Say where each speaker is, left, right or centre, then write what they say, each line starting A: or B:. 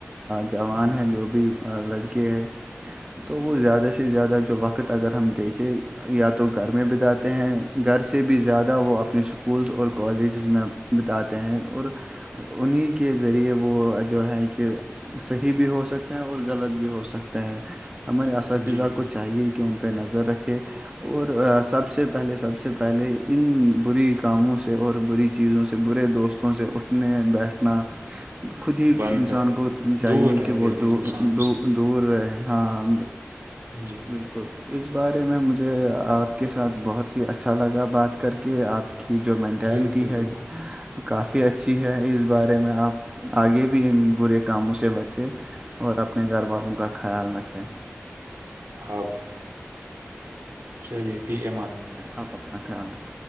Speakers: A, on the right (about 20°); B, on the right (about 75°).
A: جوان
B: جی
A: ہیں جو بھی لڑکے ہے تو وہ زیادہ سے زیادہ جو وقت اگر ہم دیکھیں یا تو گھر میں بتاتے ہیں گھر سے بھی زیادہ وہ اپنے اسکولس اور کالجز میں بتاتے ہیں اور انہیں کے ذریعے وہ جو ہیں کہ صحیح بھی ہو سکتے ہیں اور غلط بھی ہو سکتے ہیں ہمارے اساتذہ
B: جی جی
A: کو چاہیے کہ ان پہ نظر رکھے اور سب سے پہلے سب سے پہلے ان بری کاموں سے اور بری چیزوں سے برے دوستوں سے اٹھنے بیٹھنا
B: <inaudible>
A: خود ہی
B: بند
A: انسان
B: کر دے
A: کو چاہیے
B: دور رہنے
A: کہ
B: دے
A: وہ
B: ان
A: دو
B: انسانوں سے
A: دور رہے ہاں
B: جی
A: بالکل اس بارے میں مجھے آپ کے ساتھ بہت ہی اچھا لگا بات کر کے آپ کی جو مینٹیلٹی
B: بالکل
A: ہے
B: بالکل
A: کافی اچھی ہے اس بارے میں آپ آگے بھی ان برے کاموں سے بچیں اور اپنے گھر والوں کا خیال رکھیں
B: آپ بھی چلیے فی امان اللہ
A: آپ اپنا خیال رکھ